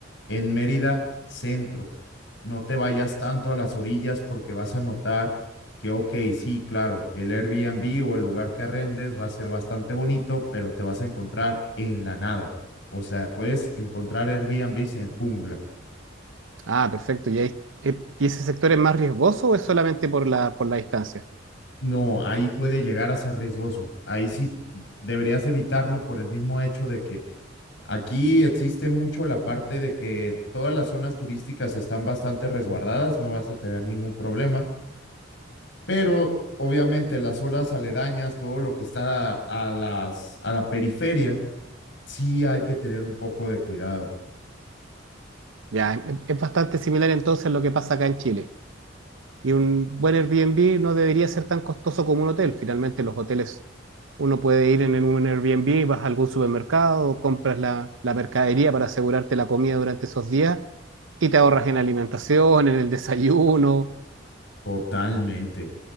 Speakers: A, on the left; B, on the right.
A: en Mérida centro. No te vayas tanto a las orillas porque vas a notar que, ok, sí, claro, el Airbnb o el lugar que arrendes va a ser bastante bonito, pero te vas a encontrar en la nada. O sea, puedes encontrar Airbnbs en jungla.
B: Ah, perfecto. ¿Y, ahí- eh, ¿y ese sector es más riesgoso o es solamente por la, por la distancia?
A: No, ahí puede llegar a ser riesgoso. Ahí sí deberías evitarlo por el mismo hecho de que Aquí existe mucho la parte de que todas las zonas turísticas están bastante resguardadas, no vas a tener ningún problema, pero obviamente las zonas aledañas, todo lo que está a las a la periferia, sí hay que tener un poco de cuidado.
B: Ya, es, es bastante similar entonces a lo que pasa acá en Chile. Y un buen Airbnb no debería ser tan costoso como un hotel. Finalmente, los hoteles, uno puede ir en en un Airbnb, vas a algún supermercado, compras la, la mercadería para asegurarte la comida durante esos días y te ahorras en alimentación, en el desayuno.
A: Totalmente,